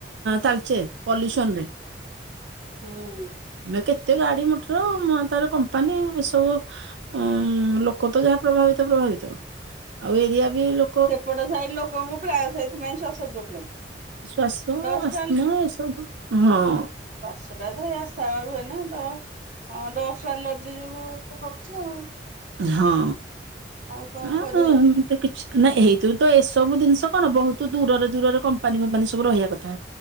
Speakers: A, on the right; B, on the right.
A: ତାଲଚେର ପଲ୍ୟୁସନ ରେ।
B: ହୁଁ।
A: ମେକେ କେତେ ଗାଡି ମଟର ତାର କମ୍ପାନୀ ଏ ସବୁ ଉଁ ଲୋକ ତ ଯାହା ପ୍ରଭାବିତ ପ୍ରଭାବିତ ଆଉ ଏରିଆ ବି ଲୋ
B: ସେପଟ ସାହି ଲୋକଙ୍କୁ ପ୍ରାୟ ସେହିଥିପାଇଁ ଶ୍ଵାସ ପ୍ରୋବ୍ଲେମ।
A: ଶ୍ଵାସ
B: ଡଷ୍ଟ
A: ଆସ୍ମା ଏ ସବୁ ହଁ।
B: ଶ୍ୱାସ ଟା ତ ହଁ ହେ <inaudible> ରୁ ହୁଏନା ତ ଡଷ୍ଟ ଆଲ ଯି ଯୋଗୁ କରୁଚି ଆଉ
A: ହଁ
B: ଆଉ କଣ
A: ଆ
B: କରିହବ।
A: <inaudible> ତ କିଛି ନା ଏଇଥୁ ତ ଏସବୁ ଜିନିଷ କଣ ବହୁତ ଦୂରରେ ଦୂରରେ କମ୍ପାନୀ ଫମ୍ପାନୀ ସବୁ ରହିବା କଥା।